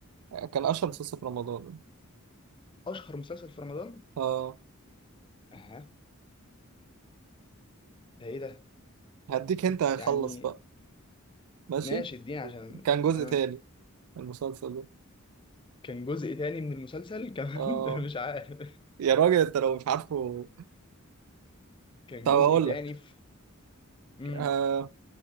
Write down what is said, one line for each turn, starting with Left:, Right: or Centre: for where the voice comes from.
Right: فات كان اشهر مسلسل في رمضان
Left: اشهر مسلسل في رمضان
Right: اه
Left: اها ده ايه ده
Right: هديك انت هيخلص
Left: يعني
Right: بقى ماشي
Left: ماشي اديني عشان
Right: كان جزء
Left: آه.
Right: تاني من المسلسل ده
Left: كان جزء تاني من المسلسل كمان
Right: اه
Left: <laughs> ده مش عارف
Right: يا راجل انت لو مش عارفه
Left: كان
Right: طب
Left: جزء
Right: هقول
Left: تاني
Right: لك
Left: في امم
Right: آه